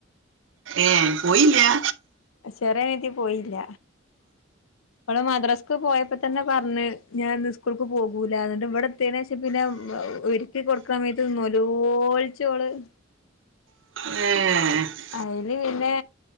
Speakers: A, on the right; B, on the left.
A: ഏ പോയില്ല്യാ
B: ചെറിയാനീത്തി പോയില്ല അള് മദ്രാസക്ക് പോയപ്പോ തന്നെ പറണ് ഞാൻന്ന്‌ സ് സ്കൂൾക്ക് പോകൂലന്നിട്ട് ഇവിടെതെനുശേഷം പിന്നെ ഒര്ക്കി കൊടുക്കണമയത്ത് നൊലോിച്ചോള അ
A: ഉം
B: അയില് ന്നെ